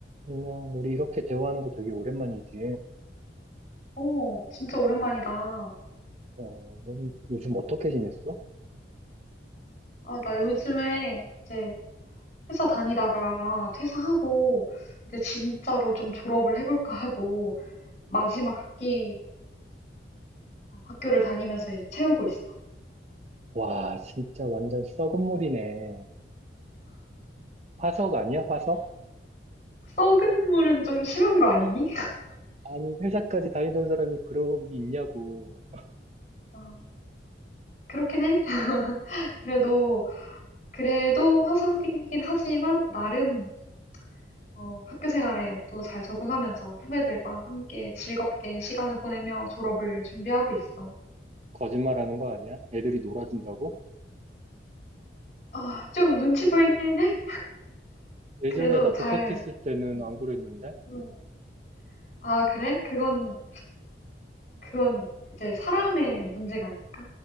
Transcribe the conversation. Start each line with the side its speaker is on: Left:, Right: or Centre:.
Right: 안녕, 우리 이렇게 대화하는 거 되게 오랜만이지.
Left: 어, 진짜 오랜만이다.
Right: 어, 넌 요즘 어떻게 지냈어?
Left: 아, 나 요즘에 이제 회사 다니다가 퇴사하고 이제 진짜로 좀 졸업을 해볼까 하고 마지막 학기를 어, 학교를 다니면서 이제 채우고 있어.
Right: 와, 진짜 완전 썩은 물이네. 화석 아니야, 화석?
Left: 썩은 물은 좀 심한 거 아니니?
Right: 아니, 회사까지 다니던 사람이 그러기 있냐고. <laughs>
Left: 아, 그렇긴 해. <laughs> 그래도 그래도 화석이긴 하지만 나름 어, 학교 생활에 또 잘 적응하면서 후배들과 함께 즐겁게 시간을 보내며 졸업을 준비하고 있어.
Right: 거짓말하는 거 아니야? 애들이 놀아준다고?
Left: 아, 좀 눈치 보이긴 해.
Right: 예전에
Left: 그래도
Right: 나
Left: 잘,
Right: 복학했을 때는
Left: 음.
Right: 안 그랬는데?
Left: 음. 아, 그래? 그건, 그건 이제 사람의 문제가 아닐까?